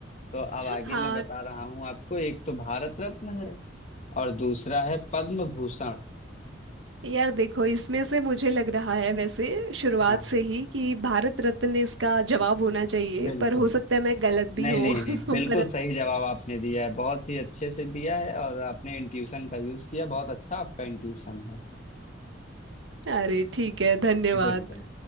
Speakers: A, on the left; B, on the right.
A: तो अब आगे
B: हाँ
A: मैं बता रहा हूँ आपको एक तो भारत रत्न है और दूसरा है पद्म भूषण
B: यार देखो इसमें से मुझे लग रहा है वैसे शुरुआत
A: हाँ
B: से ही कि भारत रत्न इसका जवाब होना चाहिए
A: बिल्कुल
B: पर हो सकता है मैं गलत भी
A: नहीं
B: हूँ
A: नहीं नहीं
B: <laughs>
A: बिल्कुल
B: पर
A: सही जवाब आपने दिया है बहुत ही अच्छे से दिया है और आपने इंट्यूशन का यूज किया बहुत अच्छा आपका इंट्यूशन है
B: अरे ठीक है धन्यवाद
A: बिल्कुल